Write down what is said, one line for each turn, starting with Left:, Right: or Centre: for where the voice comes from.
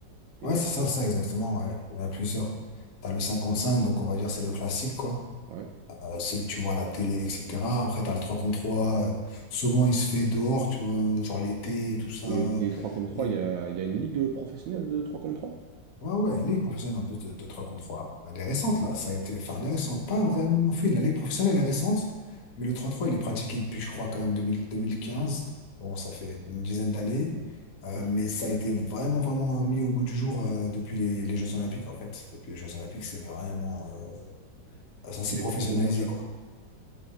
Right: Et,
Left: Ouais, c'est ça, c'est ça, exactement. Ouais. Il y en a plusieurs. T'as le 5 contre cinq donc on va dire c'est le classique, quoi.
Right: ouais.
Left: Euh, celui que tu vois à la télé, etc. Après, t'as le 3 contre trois euh, Souvent, il se fait dehors, tu vois, genre l'été et tout ça.
Right: Et les 3 contre 3,
Left: Les-
Right: il y a, il y a une ligue professionnelle de 3 contre 3?
Left: Ouais, ouais, Ligue professionnelle en plus de, de 3 contre trois, Elle est récente là, ça a été. Enfin, elle est récente, pas vraiment En fait. La Ligue professionnelle elle est récente, mais le 3 trois, il est pratiqué depuis, je crois, quand même 2000 2015. Bon, ça fait une dizaine d'années, Euh,
Right: Ouais,
Left: mais
Right: c'est suffisant.
Left: ça a été vraiment, vraiment mis au goût du jour euh, depuis les, les Jeux Olympiques en fait. Depuis les Jeux Olympiques, c'est vraiment. euh, ça s'est
Right: Les
Left: professionnalisé
Right: éléments déclencheurs.
Left: quoi.